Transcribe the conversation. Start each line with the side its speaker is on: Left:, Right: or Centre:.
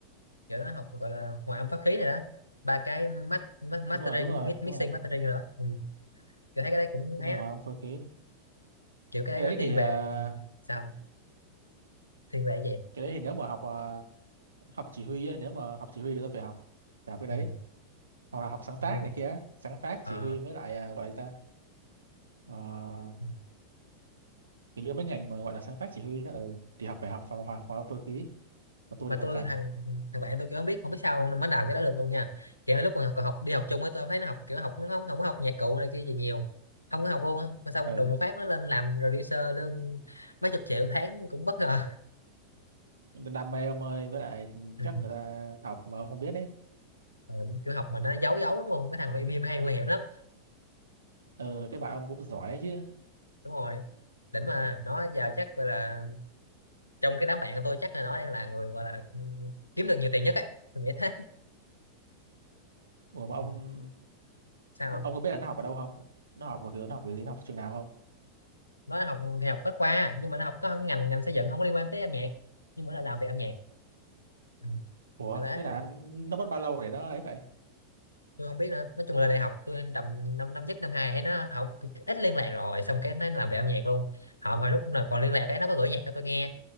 Left: kiểu nó học gọi là hòa âm pháp khí này đó ba cái mas- ma- mastering
Right: đúng rồi đúng rồi
Left: mi- mixing
Right: đúng rồi
Left: mastering rồi đó ừ. kiểu thấy cái đấy cũng
Right: đúng
Left: ấy
Right: rồi
Left: á.
Right: hòa âm phối khí
Left: kiểu cái
Right: cái
Left: đấy
Right: đấy
Left: nó thiên
Right: thì ờ,
Left: về sao thiên về cái gì
Right: cái đấy thì nếu mà học ờ, học chỉ huy ấy, nếu mà học chỉ huy thì tôi phải học phải học cái đấy
Left: ừ.
Right: hoặc là học sáng tác
Left: đúng rồi
Right: này kia sáng tác
Left: à,
Right: chỉ huy với lại ờ, gọi là gì ta Ờ,
Left: ừ.
Right: hình như mấy ngành mà gọi là sáng tác chỉ huy đó ừ thì học phải học vào hòa hòa âm phối khí còn tôi
Left: mà
Right: thì không
Left: tôi
Right: cần
Left: thằng thằng bạn tôi kiểu không biết không biết sao nó mới làm cái đó được luôn nha kiểu lúc mà còn học đi học chung ấy tôi không thấy nó học kiểu học nó không không có học nhạc cụ này kia gì nhiều không có học luôn á mà xong
Right: ừ
Left: đùng một phát nó lên làm producer lương mấy chục triệu một tháng cũng bất ngờ
Right: đam mê ông ơi với lại
Left: ừ.
Right: chắc người ta học mà ông không biết đấy
Left: Ờ, kiểu học mà nó giấu giấu đúng không cái thằng mà im im hay nguy hiểm lắm
Right: ừ thế bạn ông cũng giỏi chứ
Left: đúng rồi đỉnh mà nó giờ chắc gọi là trong cái đám bạn của tôi chắc là nó đang là người gọi là ừ, kiếm được nhiều tiền nhất ấy tôi nghĩ thế
Right: ủa mà ông
Left: Ừ. sao
Right: ông
Left: không?
Right: ông có biết là nó học ở đâu không nó học ở cửa nó học cái gì nó học trường nào không
Left: nó học thì học bách khoa nhưng mà nó học có ngành ngành xây dựng không có liên quan tới âm nhạc nhưng mà nó làm về âm nhạc Ừ,
Right: ủa
Left: kiểu thế
Right: thế là
Left: mà
Right: nó mất bao lâu để nó ấy vậy
Left: tôi không biết nữa nói chung là đại học tôi tầm năm năm nhất năm hai thấy nó học ít liên lạc rồi xong cái nó làm về âm nhạc luôn họ hồi lúc nào còn liên lạc ấy nó có gửi nhạc cho tôi nghe